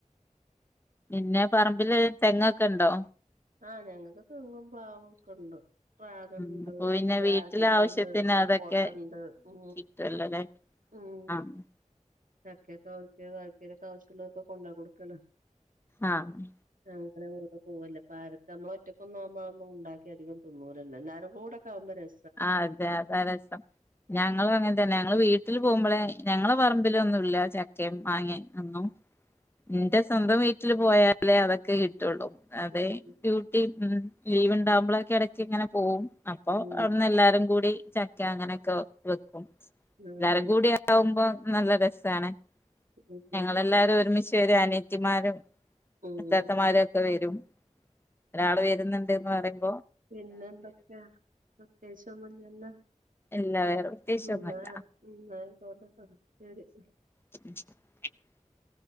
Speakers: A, on the left; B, on the right.
A: പിന്നെ പറമ്പില് തെങ്ങക്കെ ഒക്കെ ഇണ്ടോ?
B: ആ ഞങ്ങൾക്ക് തെങ്ങും പ്ലാവും ഒക്കെ ഉണ്ട് പാഗണ്ട്
A: ഉം അപ്പൊ പിന്നെ
B: രാതിക്കണ്ട്
A: വീട്ടിലെ ആവശ്യത്തിന്
B: സപ്പോർട്ട്ണ്ട്
A: അതൊക്കെ
B: ഉ
A: കിട്ടുവല്ലോല്ലേ
B: ഉം
A: ആഹ്
B: ചക്കേക്ക വക്കക്ക <unintelligible> ആവശ്യമുള്ളൊർക്കെ കൊണ്ടോ കൊടുക്കലാ
A: ആഹ്
B: അങ്ങനെ അങ്ങേട്ടേപോവല്ല കാലത്ത് നമ്മൾ ഒറ്റക്കൊന്നും ആവുമ്പോ അതൊന്നും ഉണ്ടാക്കി അധികം തിന്നൂലല്ലോ എല്ലാരും കൂടെ ഒക്കെ ആവുമ്പോ രസ്
A: ആ അതെ അതാ രസം ഞങ്ങൾ അങ്ങനത്ത നെഞങ്ങള് വീട്ടിൽ പോകുമ്പോളെ ഞങ്ങളുടെ പറമ്പിൽ ഒന്നുമില്ല ചക്കയും മാങ്ങയും ഒന്നും ൻ്റെ സ്വന്തം വീട്ടിൽ പോയാൽ അതൊക്കെ കിട്ടും അതെ
B: ഉം
A: ഡ്യൂട്ടി ഉം ലീവ് ഇണ്ടാവുമ്പളെക്കെ എടയ്ക്ക് ഇങ്ങനെ പോവും അപ്പോ
B: ഉം
A: ഒടനെ എല്ലാരുംകൂടി ചക്ക അങ്ങനെയൊക്കെ വെ വെക്കും.
B: ഉം
A: എല്ലാരും കൂടിയാവുമ്പോൾ നല്ല രസമാണേ
B: ഉം
A: ഞങ്ങളെല്ലാവരും ഒരുമിച്ച് ഒരാനെ ത്തിമാരും
B: ഉം
A: അത്താത്തമാരൊക്കെ വരും ഒരാള് വ വരുന്നുണ്ടെന്ന് പ
B: പിന്നെന്തൊക്കെയാ പ്രത്യേകിച്ച് ഒന്നും ഇല്ലല്ലോ
A: ഇല്ല വേറെ പ്രത്യേകിച്ചൊന്നുല്ല
B: ഇന്നാ ഇന്നാ ആയിക്കോട്ടട്ടോ ശരി
A: ഉ